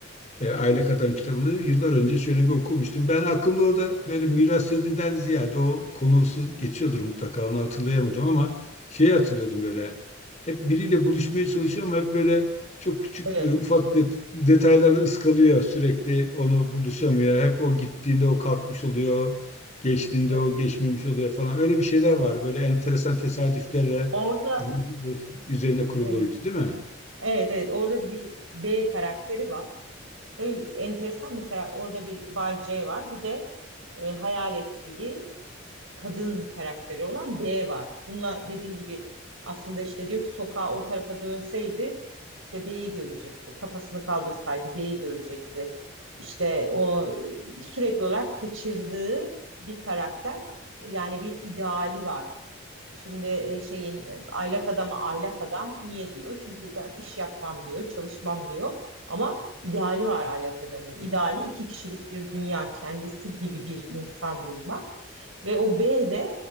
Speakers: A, on the left; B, on the right.
A: e, Aylak Adam kitabını yıllar önce şöyle bir okumuştum. Ben aklımda orada böyle miras yadiden ziyade o konusu geçiyordur mutlaka onu hatırlayamadım ama şeyi hatırlıyordum böyle. Hep biriyle buluşmaya çalışıyor ama hep böyle çok küçük
B: Evet,
A: e, ufak det detaylarla ıskalıyor sürekli onu buluşamıyor. Hep o gittiğinde o kalkmış oluyor. Geçtiğinde
B: evet.
A: o geçmemiş oluyor falan. Öyle bir şeyler vardı. Böyle enteresan tesadüflerle
B: Orada
A: zincirler üzerine kuruluydu
B: evet,
A: değil mi?
B: evet, evet orada bir B karakteri var. Tabii enteresan mesela orada bir Bay C var. Bir de e, hayal ettiği kadın karakteri olan B var. Bununla dediğin gibi aslında işte diyor ki sokağa o tarafa dönseydi işte B'yi görecekti. Kafasını kaldırsaydı B'yi görecekti. İşte o e, sürekli olarak kaçırdığı bir karakter yani bir ideali var. Şimdi e, şeyin e, aylak adama aylak adam niye diyor? Çünkü ben iş yapmam diyor, çalışmam diyor. Ama ideali var aylak adamın. İdeali iki kişilik bir dünya, kendisi gibi bir insan bulmak. Ve o B de